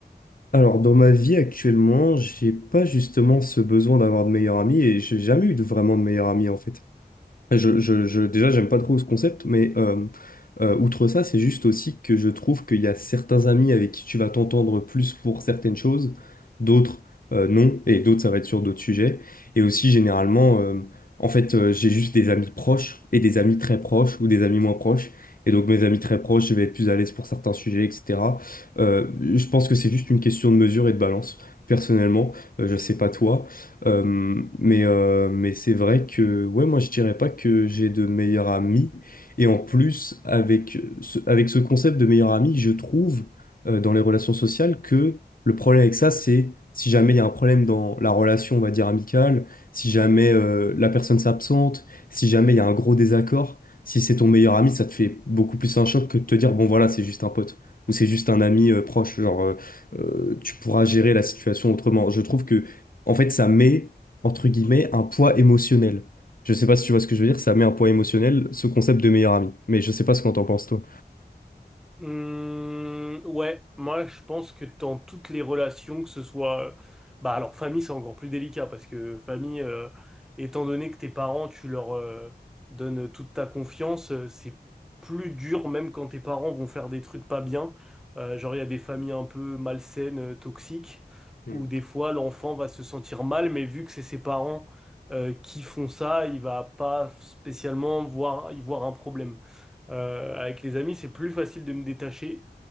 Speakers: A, on the left; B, in the centre.
A: Alors, dans ma vie actuellement, j'ai pas justement ce besoin d'avoir de meilleurs amis et j'ai jamais eu de, vraiment de meilleurs amis en fait. Je, je, je- déjà, j'aime pas trop ce concept, mais euh, euh, outre ça, c'est juste aussi que je trouve qu'il y a certains amis avec qui tu vas t'entendre plus pour certaines choses, d'autres euh, non, et d'autres ça va être sur d'autres sujets. Et aussi, généralement, euh, en fait, euh, j'ai juste des amis proches et des amis très proches ou des amis moins proches. Et donc, mes amis très proches, je vais être plus à l'aise pour certains sujets, etc. Euh, je pense que c'est juste une question de mesure et de balance, personnellement. Euh, je sais pas toi. Euh, mais euh, mais c'est vrai que ouais, moi je dirais pas que j'ai de meilleurs amis. Et en plus, avec ce, avec ce concept de meilleur ami, je trouve euh, dans les relations sociales que le problème avec ça, c'est si jamais il y a un problème dans la relation, on va dire amicale, si jamais euh, la personne s'absente, si jamais il y a un gros désaccord, si c'est ton meilleur ami, ça te fait beaucoup plus un choc que de te dire bon voilà, c'est juste un pote. Ou c'est juste un ami euh, proche, genre euh, euh, tu pourras gérer la situation autrement. Je trouve que en fait, ça met, entre guillemets, un poids émotionnel. Je sais pas si tu vois ce que je veux dire, ça met un poids émotionnel, ce concept de meilleur ami. Mais je sais pas ce qu'on t'en pense, toi.
B: Hum, ouais, moi je pense que dans toutes les relations, que ce soit... Bah alors famille c'est encore plus délicat parce que famille, euh, étant donné que tes parents, tu leur euh, donnes toute ta confiance, euh, c'est plus dur même quand tes parents vont faire des trucs pas bien. Euh, genre il y a des familles un peu malsaines, euh, toxiques,
A: Mm,
B: où des fois l'enfant va se sentir mal, mais vu que c'est ses parents euh, qui font ça, il va pas spécialement voir, y voir un problème. Euh, avec les amis, c'est plus facile de me détacher.